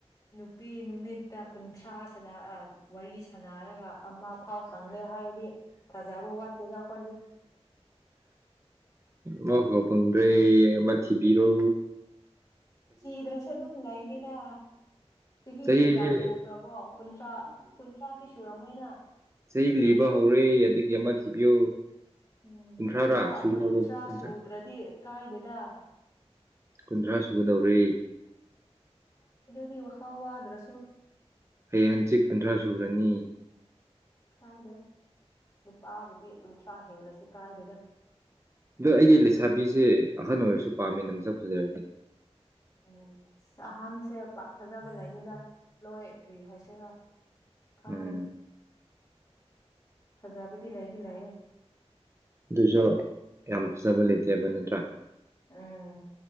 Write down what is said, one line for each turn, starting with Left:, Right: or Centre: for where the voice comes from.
Left: ꯅꯨꯄꯤ ꯅꯨꯃꯤꯠꯇ ꯀꯨꯟꯊ꯭ꯔꯥꯁꯤꯅ ꯋꯥꯔꯤ ꯁꯥꯟꯅ ꯍꯥꯏꯔꯒ ꯑꯃ ꯊꯥꯎ ꯈꯪꯗꯦ ꯍꯥꯏꯔꯗꯤ ꯊꯥꯖꯕ ꯋꯥꯠꯇꯦꯗ ꯑꯩꯈꯣꯏꯗꯤ <inaudible>
Right: ꯃ ꯐꯪꯗ꯭ꯔꯦ ꯃꯥꯥꯊꯤꯕꯤꯔꯣ
Left: ꯁꯤꯗ꯭ꯔꯁꯦ ꯑꯗꯨꯝꯂꯏꯅꯦꯒ ꯆꯍꯤ
Right: ꯆꯍꯤꯁꯦ
Left: ꯀꯌꯥ ꯁꯨꯈ꯭ꯔꯕ꯭ꯔꯣ ꯀꯨꯟꯊ꯭ꯔꯥ ꯀꯨꯟꯊ꯭ꯔꯥꯗꯤ ꯁꯨꯔꯝꯃꯣꯏꯅ
Right: ꯏꯁꯩ ꯂꯤꯕ ꯍꯧꯔꯦ ꯑꯗꯨꯒꯤ ꯑꯃ ꯊꯤꯕꯤꯌꯨ
Left: ꯎꯝ
Right: ꯀꯨꯟꯊ꯭ꯔꯥꯔꯥ
Left: ꯀꯨꯟꯊ꯭ꯔꯥ
Right: ꯁꯨꯒꯗꯧꯔꯦ
Left: ꯀꯨꯟꯊ꯭ꯔꯥ ꯁꯨꯗ꯭ꯔꯗꯤ ꯀꯥꯏꯗꯣꯏꯗ
Right: ꯀꯨꯟꯊ꯭ꯔꯥ ꯁꯨꯒꯗꯧꯔ
Left: ꯋꯥ ꯍꯥꯎꯋꯥꯗ꯭ꯔꯁꯨ
Right: ꯍꯩ ꯍꯟꯆꯤꯠ ꯀꯨꯟꯊ꯭ꯔꯥ ꯁꯨꯔꯅꯤ
Left: ꯀꯥꯏꯗꯦ ꯅꯨꯄꯥꯕꯨꯗꯤ ꯀꯨꯟꯊ꯭ꯔꯥ ꯍꯦꯜꯂꯁꯤ ꯀꯥꯏꯗꯦꯗ
Right: ꯑꯗꯣ ꯑꯩꯗꯤ ꯂꯩꯁꯥꯕꯤꯁꯦ ꯑꯍꯟ ꯑꯣꯏꯔꯁꯨ ꯄꯥꯝꯃꯤꯅ ꯃꯁꯛ ꯐꯖꯔꯗꯤ
Left: ꯎꯝ ꯑꯍꯟꯁꯦ ꯄꯥꯛ ꯐꯖꯕ ꯂꯩꯗꯨꯗ ꯂꯅꯨꯡꯥꯏ ꯀ꯭ꯔꯤ ꯍꯥꯏꯁꯦꯔꯥ ꯈꯪꯗꯦ
Right: ꯎꯝ
Left: ꯐꯖꯕꯗꯤ ꯂꯥꯏꯗꯤ ꯂꯥꯛꯌꯦꯦ
Right: ꯑꯗꯨꯁꯨ ꯌꯥꯝ ꯐꯖꯕ ꯂꯩꯇꯦꯕ ꯅꯠꯇ꯭ꯔꯥ
Left: ꯎꯝ